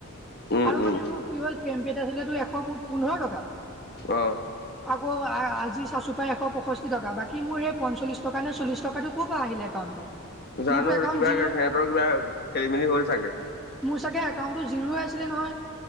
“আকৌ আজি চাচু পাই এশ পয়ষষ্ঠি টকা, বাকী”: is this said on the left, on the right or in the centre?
Centre